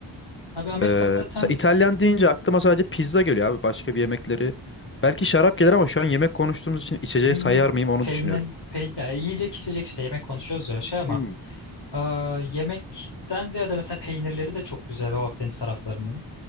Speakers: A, on the left (about 55°); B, on the left (about 25°).
A: Abi Amerika
B: Ee,
A: zaten
B: sa- İtalyan deyince aklıma sadece pizza geliyor abi başka bir yemekleri. Belki şarap gelir ama şu an yemek konuştuğumuz için içeceği
A: hı hı.
B: sayar mıyım onu
A: Peynir,
B: düşünüyorum.
A: pey ya yiyecek içecek işte yemek konuşuyoruz ya şey ama
B: Hmm.
A: aa, yemekten ziyade mesela peynirleri de çok güzel o Akdeniz taraflarının.